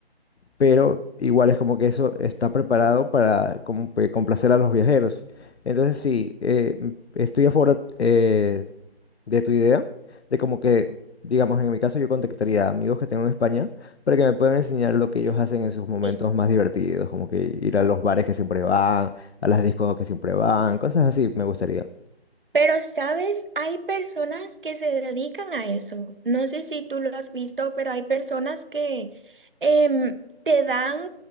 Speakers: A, on the left; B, on the right.
A: pero igual es como que eso está preparado para como que complacer a los viajeros. Entonces sí, eh, estoy a favor eh, de tu idea, de como que, digamos, en mi caso yo contactaría a amigos que tengo en España para que me puedan enseñar lo que ellos hacen en sus momentos
B: Sí.
A: más divertidos, como que ir a los bares que siempre van, a las discos que siempre van, cosas así me gustaría.
B: Pero, ¿sabes? Hay personas que se dedican a eso. No sé si tú lo has visto, pero hay personas que em, te dan